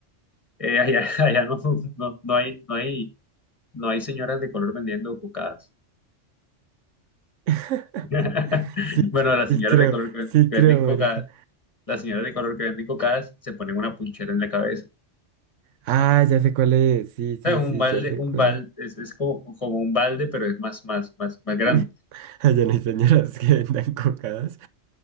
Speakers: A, on the left; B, on the right.
A: Eh, allá <laughs> allá no, no, no hay, no hay, no hay señoras de color vendiendo cocadas.
B: <laughs>
A: <laughs>
B: sí,
A: Bueno, las
B: sí
A: señoras
B: creo,
A: de color que,
B: sí
A: que
B: creo,
A: venden cocadas,
B: marica.
A: las señoras de color que venden cocadas se ponen una punchera en la cabeza.
B: Ah, ya sé cuál es, sí, sí,
A: O sea, un
B: sí,
A: balde,
B: ya sé
A: un
B: cuál
A: balde,
B: es.
A: es, es como, como un balde, pero es más, más, más, más grande.
B: <laughs> <laughs> Allá no hay señoras que vendan cocadas.